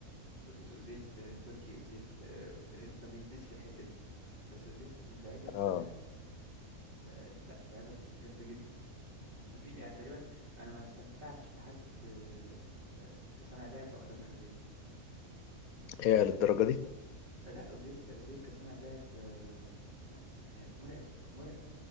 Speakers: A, on the right (about 35°); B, on the left (about 75°).
A: وفكرة أوزيل آه، تركي أوزيل آه، فبيتنسي في الحتة دي بس أوزيل من اللعيبة ال-
B: اه
A: آه، لا اللعيبة الجامدة جدا ما في يعني تقريبا أنا ما استمتعتش بحد آه، آه، كصانع لعب أكتر من أوزيل
B: هي للدرجة دي
A: لا أوزيل أوزيل كصانع لعب آه، لا يعني مرعب مرعب